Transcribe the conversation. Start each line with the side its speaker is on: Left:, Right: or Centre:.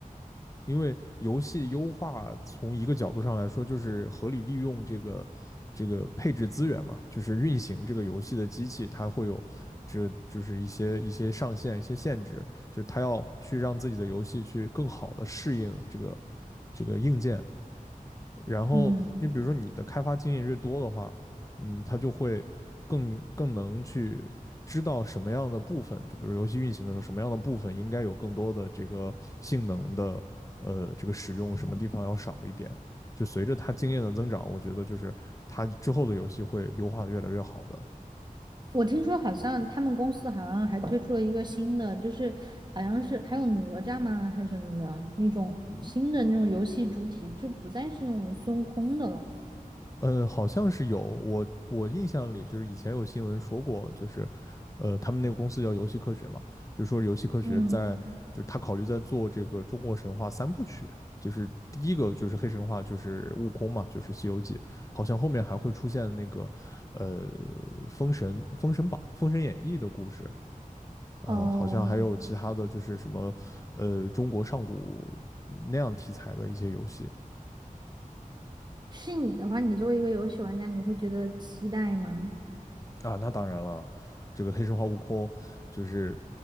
Left: 因为游戏优化从一个角度上来说，就是合理利用这个这个配置资源嘛，就是运行这个游戏的机器，它会有这就是一些一些上限、一些限制，就是它要去让自己的游戏去更好的适应这个这个硬件，然后你比如说你的开发经验越多的话，
Right: 嗯，
Left: 嗯，他就会更更能去知道什么样的部分，就比如游戏运行的时候，什么样的部分应该有更多的这个性能的呃这个使用，什么地方要少一点。就随着他经验的增长，我觉得就是他之后的游戏会优化的越来越好的。
Right: 我听说好像他们公司好像还推出了一个新的，就是好像是还有哪吒吗，还是什么的那种新的那种游戏主体，
Left: 嗯。
Right: 就不再是那种孙悟空的了。
Left: 嗯，好像是有，我我印象里就是以前有新闻说过，就是，呃，他们那个公司叫游戏科学嘛，就说游戏科学在，
Right: 嗯，
Left: 就是他考虑在做这个中国神话三部曲，就是第一个就是黑神话，就是悟空嘛，就是《西游记》，好像后面还会出现那个，呃，封神、封神榜、封神演义的故事，呃，
Right: 哦，
Left: 好像还有其他的就是什么，呃，中国上古那样题材的一些游戏。
Right: 是你的话，你作为一个游戏玩家，你会觉得期待吗？
Left: 啊，那当然了，这个《黑神话：悟空》就是